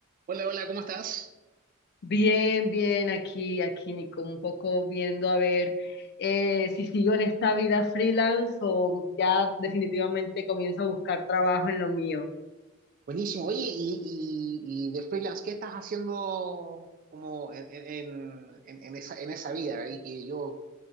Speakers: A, on the right; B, on the left.
A: Hola, hola, ¿cómo estás?
B: Bien, bien, aquí, aquí, Nico, un poco viendo a ver eh, si sigo en esta vida freelance o ya definitivamente comienzo a buscar trabajo en lo mío.
A: Buenísimo. Oye, y, y, y de freelance, ¿qué estás haciendo como en, en, en- en esa, en esa vida? Y que yo